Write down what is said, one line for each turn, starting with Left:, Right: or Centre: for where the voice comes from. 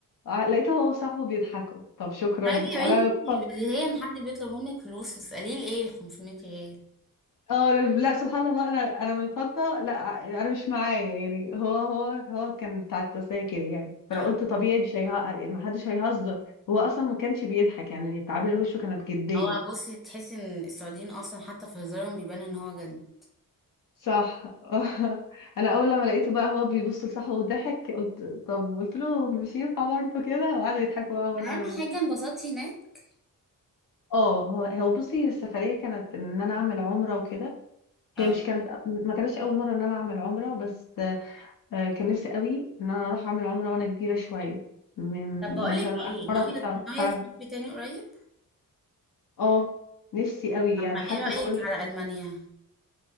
Left: ع- لقيته هو وصاحبه بيضحكوا طب شكرا
Centre: طيب يا
Left: انا
Centre: بنتي اللي هي ان حد بيطلب منك فلوس تسأليه ليه ال 500 ريال
Left: اه أنا- لا سبحان الله انا انا من الخضه لا انا مش معايا يعني هو هو هو كان بتاع التسلية كده يعني فانا
Centre: اه
Left: قلت طبيعي مش هيه... ما حدش هيهزر هو اصلا ما كانش بيضحك يعني تعابير وشه كانت جديه
Centre: هو بصي تحسي ان السعوديين اصلا حتى في هزارهم بيبان ان هو جد
Left: صح <laughs> انا اول لما لقيته بقى هو بيبص لصاحبه وضحك قلت طب قلت له مش ينفع برضه كده وقعدوا يضحكوا بقى وانا
Centre: اهم حاجة انبسطتي هناك
Left: اه هو هو بصي السفريه كانت ان انا اعمل عمره وكده
Centre: اه
Left: هي مش كانت ما كانتش اول مره ان انا اعمل عمره بس آه، كان نفسي قوي ان انا اروح اعمل عمره وانا كبيره شويه من
Centre: طب بقولك
Left: مثلا
Centre: ايه
Left: اخر مره
Centre: ناوية
Left: كنت اه
Centre: ناوية تسافري تاني قريب
Left: آه، نفسي قوي
Centre: طب
Left: يعني
Centre: ما
Left: حتى
Centre: ايه رأيك
Left: بقول
Centre: على ألمانيا